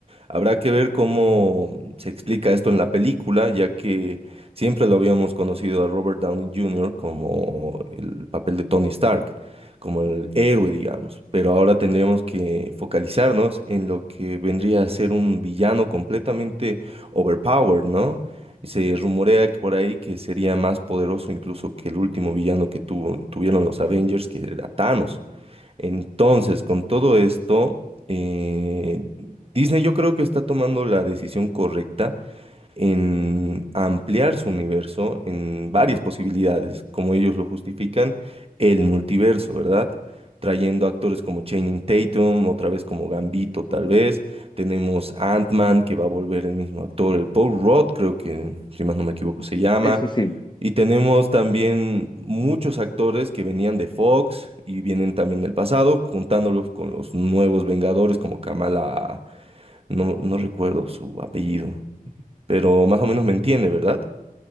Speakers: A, on the right (about 40°); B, on the left (about 30°).
A: Habrá que ver cómo se explica esto en la película, ya que siempre lo habíamos conocido a Robert Downey Jr. como el papel de Tony Stark, como el héroe, digamos. Pero ahora tendríamos que focalizarnos en lo que vendría a ser un villano completamente overpowered, ¿no? Y se rumorea que por ahí que sería más poderoso incluso que el último villano que tuvo- tuvieron los Avengers, que era Thanos. Entonces, con todo esto, eh, Disney yo creo que está tomando la decisión correcta en ampliar su universo en varias posibilidades, como ellos lo justifican, el multiverso, ¿verdad? Trayendo actores como Channing Tatum, otra vez como Gambito, tal vez. Tenemos Ant-Man, que va a volver el mismo actor, el Paul Rudd, creo que, si más no me equivoco, se llama.
B: Sí, sí, sí.
A: Y tenemos también muchos actores que venían de Fox y vienen también del pasado, juntándolos con los nuevos Vengadores como Kamala, no, no recuerdo su apellido, pero más o menos me entiende, ¿verdad?